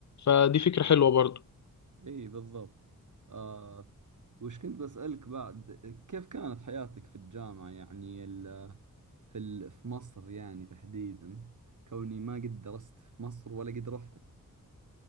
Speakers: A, on the left; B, on the right.
A: فدي فكره حلوه برضو
B: اي بالضبط آه وش كنت بسألك بعد كيف كانت حياتك في الجامعة يعني ال في ال في مصر يعني تحديدا كوني ما قد درست في مصر ولا قد رحتها